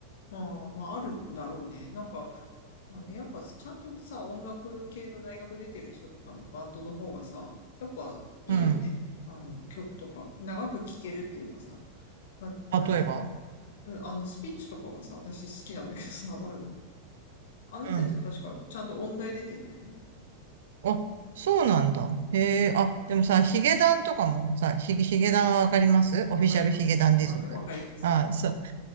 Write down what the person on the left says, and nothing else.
あ、まあ、あるんだろうね。なんか、あの、やっぱちゃんとさ、音楽系の大学出てる人とかのバンドの方がさ、やっぱいいよね。
あの、曲とか。長く聴けるっていうかさ、まあ、
なんつうの、うんあの、スピッツとかはさ、私好きなんだけどさ、<laughs> まああの人たちは確かちゃんと音大出てんだよね。
うん。
わかります。わか、わかります。